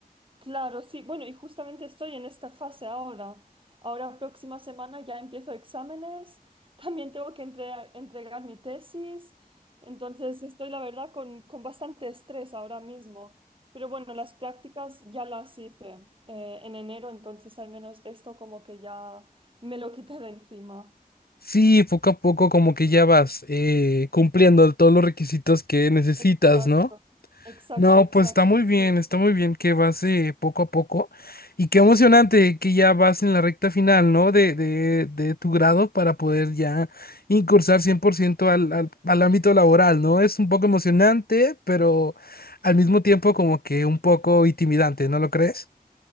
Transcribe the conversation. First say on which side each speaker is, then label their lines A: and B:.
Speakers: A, on the right; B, on the left.
A: Claro, sí, bueno, y justamente estoy en esta fase ahora. Ahora, próxima semana ya empiezo exámenes, <laughs> también tengo que entre- entregar mi tesis, entonces estoy, la verdad, con, con bastante estrés ahora mismo. Pero bueno, las prácticas ya las hice eh, en enero, entonces al menos esto como que ya me lo quité de encima.
B: Sí, poco a poco como que ya vas eh, cumpliendo todos los requisitos que necesitas,
A: Exacto,
B: ¿no?
A: exacto,
B: No,
A: exacto,
B: pues está muy
A: sí.
B: bien, está muy bien que vas eh, poco a poco y qué emocionante que ya vas en la recta final, ¿no? De, de, de tu grado para poder ya incursar 100% al, al, al ámbito laboral, ¿no? Es un poco emocionante, pero al mismo tiempo como que un poco intimidante, ¿no lo crees?